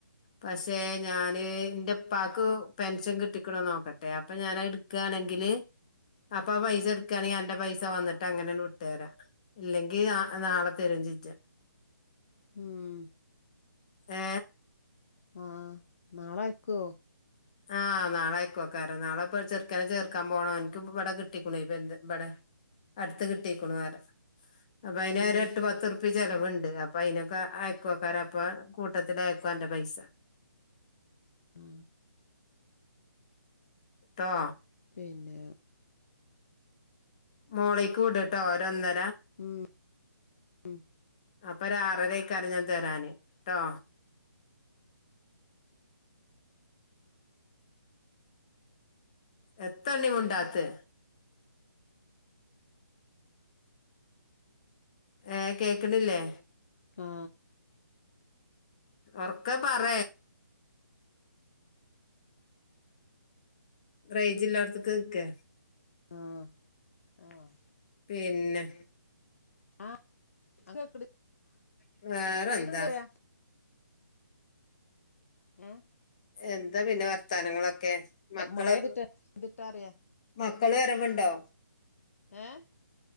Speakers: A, on the left; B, on the left.
A: പക്ഷെ ഞാന് ഇന്റെപ്പാക്ക് പെൻഷൻ കിട്ടിക്കണോ നോക്കട്ടെ അപ്പൊ ഞാൻ എടുക്കുകയാണെങ്കിൽ <unintelligible> അപ്പൊ ആ പൈസ എടുക്കുകയാണെങ്കി അന്റെ പൈസ വന്നിട്ട് അങ്ങനെ വിട്ടുതരാം ഇല്ലെങ്കി നാളെ തരും ജിജ
B: ഉം
A: ഏ
B: ആ നാളെ അയക്കുവോ
A: ആഹ് നാളെ അയക്കു ഏക്കാരംനാളെപ്പോ ചെറ്ക്കനെ ചേർക്കാൻ പോണോ ഓൻക്ക് ഇപ്പോ ഇബടെ കിട്ടിക്കുണേ പെരിഇബടെ അടുത്ത് കിട്ടിക്ക്ണു വേറെ അപ്പൊ അതിനെ
B: ഏഹ്
A: ഒരു എട്ട് പത്ത് റുപ്പ്യ ചെലവുണ്ട് അപ്പൊ അയിതിനൊക്കെ അയക്കുവക്കാര അപ്പ കൂട്ടത്തി അയക്കുവന്റെ പൈസ
B: ആ
A: ട്ടോ
B: പിന്നെ
A: മോളിക്ക് വിട് ആട്ടോ ഒരന്നൊ
B: ഉം ഉം
A: അപ്പൊ ഒരു ആറരക്കാരം തരാാന് ട്ടോ എത്തണ്ണി മുണ്ടാത്തെ ഏ കേക്കണില്ലേ
B: ആ
A: ഒറക്കെ പറ റേഞ്ച് ഇല്ലാടത്തക്ക് നിക്കേ
B: ആഹ് ആഹ്
A: പിന്നെ
B: ആഹ അട
A: വേറെന്താ
B: കേട്ടണ്ട്യാ ഏ
A: എന്താ പിന്നെ വർത്താനങ്ങളൊക്കെ മക്കള്
B: മഴെയ്തിട്ട് യ്തിട്ടറിയാ
A: മക്കള് വരവുണ്ടോ
B: ഹഏ